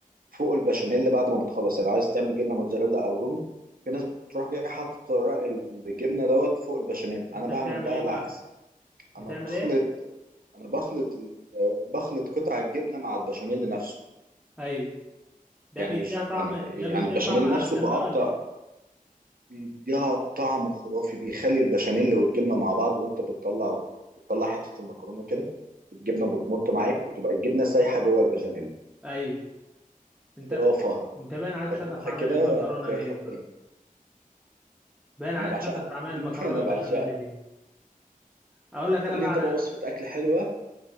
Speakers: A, on the right; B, in the centre.
A: فوق البشاميل بعد ما بتخلص يعني لو عايز تعمل جبنه موتزاريلا او رومي في ناس بتروح جاي حاطط ورق الجبنه دوت فوق البشاميل
B: انت
A: انا بعمل
B: بتعمل
A: بقى
B: ايه
A: العكس
B: بقى بتعمل
A: انا بخلط
B: ايه
A: انا بخلط ال- بخلط قطع الجبنه مع البشاميل نفسه
B: ايوه ده
A: يعني
B: بيديها
A: مش
B: طعم
A: يعني
B: ده
A: يعني
B: بيديها
A: البشاميل
B: طعم احسن
A: نفسه بقطع
B: بقى ولا ايه
A: بيديها طعم خرافي بيخلي البشاميل والجبنه مع بعض وانت بتطلع بتطلع حته المكرونه كده الجبنه بتمط معاك بتبقى الجبنه سايحه جوه البشاميل
B: ايوه انت
A: خرافه
B: انت باين عليك
A: جربها
B: شاطر في عمل
A: كده
B: المكرونه
A: تلاقيها
B: ديت
A: خرافيه
B: بقى باين عليك
A: انا بعشقها
B: شاطر في اعمال المكرونه
A: <laughs> انا
B: البشاميل
A: بعشقها
B: دي اقول لك انا
A: قول
B: بقى
A: لي انت
B: على
A: بقى وصفه اكل حلوه